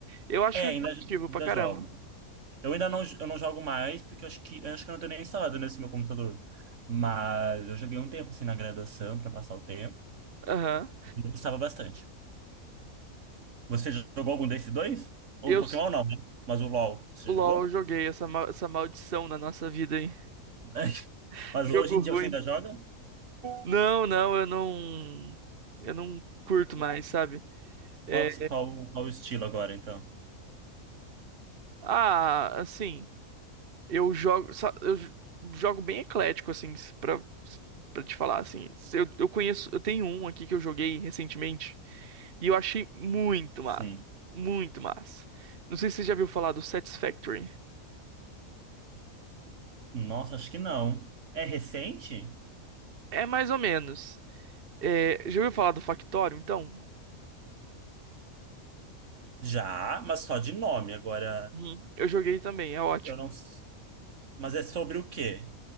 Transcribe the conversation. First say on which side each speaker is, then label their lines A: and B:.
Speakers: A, on the right; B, on the right.
A: Eu acho
B: É, ainda
A: impactivo pra
B: ainda
A: caramba.
B: jogo. Eu ainda não eu não jogo mais porque eu acho que eu acho que eu não tenho nem instalado nesse meu computador. Mas eu joguei um tempo assim na graduação para passar o tempo.
A: Aham.
B: Eu gostava bastante. Você jogou algum desses dois? O
A: Eu,
B: Pokémon não, né? Mas o LoL, você
A: o
B: jogou?
A: LOL, eu joguei essa, mal- essa maldição na nossa vida, hein?
B: <laughs>
A: <laughs>
B: Mas
A: Jogo
B: hoje em dia
A: ruim.
B: você ainda joga?
A: Não, não, eu não. Eu não curto mais, sabe? É,
B: Qual, que se- qual, qual o estilo agora, então?
A: ah, assim. Eu jogo, sa- eu j- jogo bem eclético, assim, s- pra, pra te falar, assim. Se Eu, eu conheço, eu tenho um aqui que eu joguei recentemente e eu achei muito,
B: Sim.
A: mano. Muito massa. Não sei se você já viu falar do Satisfactory.
B: Nossa, acho que não. É recente?
A: É mais ou menos. É, já ouviu falar do Factório, então?
B: Já, mas só de nome. Agora,
A: Uhum. Eu joguei também, é ótimo.
B: eu não. s- Mas é sobre o quê?